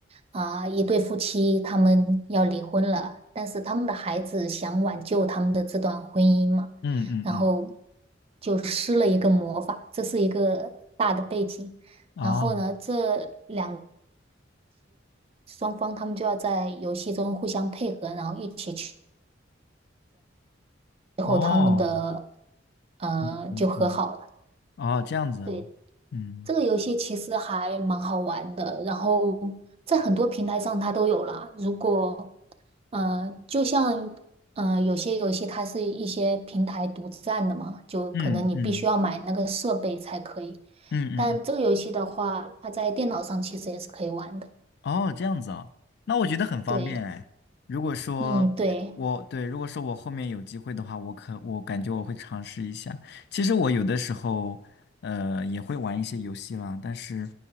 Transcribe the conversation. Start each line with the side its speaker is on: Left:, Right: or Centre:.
Right: 啊、一对夫妻他们要离婚了，但是他们的孩子想挽救他们的这段婚姻嘛，
Left: 嗯嗯嗯。
Right: 然后就施了一个魔法，这是一个大的背景。
Left: 哦
Right: 然后呢，这两双方他们就要在游戏中互相配合，然后一起去，最后他们的
Left: 哦，
Right: 呃就和好了。
Left: 嗯嗯嗯，哦，这样子哦，
Right: 对，
Left: 嗯
Right: 这个游戏其实还蛮好玩的，然后在很多平台上它都有啦。如果，嗯，就像，嗯，有些游戏它是一些平台独占的嘛，就可能你必须要买那个设备才可以。
Left: 嗯嗯嗯嗯嗯，
Right: 但这个游戏的话，它在电脑上其实也是可以玩的。
Left: 哦，这样子啊，那我觉得很方便哎。
Right: 对，
Left: 如果说我对，
Right: 嗯，对，
Left: 如果说我后面有机会的话，我可我感觉我会尝试一下。其实我有的时候，呃，也会玩一些游戏啦，但是，